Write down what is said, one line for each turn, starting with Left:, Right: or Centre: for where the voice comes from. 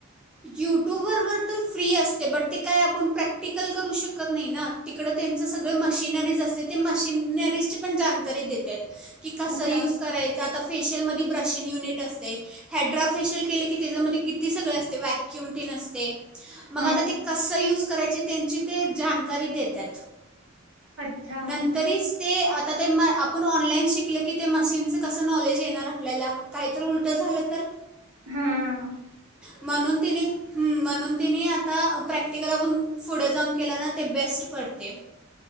Centre: युट्यूब वर तर फ्री असते बट ते काय आपण प्रॅक्टिकल करू शकत नाही ना, तिकडं त्यांचं सगळं मशिनरीज असते ते मशिन-रीजची पण जाणकारी देत्यात. की कसं
Right: अच्छा.
Centre: यूज करायचा. आता फेशियल मध्ये ब्रशिंग युनिट असते, हायड्रा फेशियल केले की तेझ्यामध्ये किती सगळं असते ते व्याक्युम टिन असते मग
Right: हां.
Centre: आता ते कसं यूज करायचे त्यांची ते जानकारी देतात.
Right: अच्छा.
Centre: नंतरीस ते आता ते म आपण ऑनलाईन शिकलं की ते मशीनचं कसं नॉलेज येणार? आपल्याला. काहीतरी उलटं झालं तर?
Right: हूं.
Centre: म्हणून तिने हम्म म्हणून तिने आता प्रॅक्टिकलातून पुढे जाऊन केलं ना, ते बेस्ट पडते.